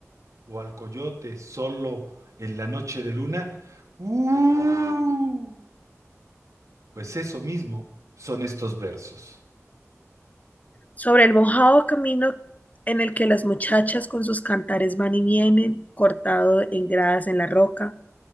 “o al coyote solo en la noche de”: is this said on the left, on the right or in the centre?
Right